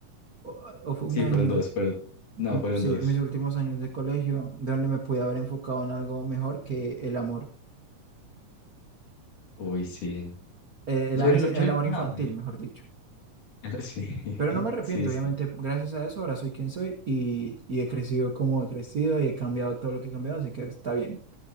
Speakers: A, on the right; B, on the left.
A: ¿O, o fue
B: Sí,
A: un año?
B: fueron dos, pero
A: mm,
B: no, fueron
A: sí,
B: dos.
A: mis últimos años de colegio, donde me pude haber enfocado en algo mejor que el amor,
B: Uy, sí.
A: eh,
B: Yo,
A: el, a-
B: lo-
A: ese-
B: yo,
A: el amor
B: no,
A: infantil,
B: yo,
A: mejor dicho.
B: El- Sí,
A: Pero
B: <laughs>
A: no me arrepiento,
B: sí,
A: obviamente,
B: sí.
A: gracias a eso ahora soy quien soy y, y he crecido como he crecido y he cambiado todo lo que he cambiado, así que está bien.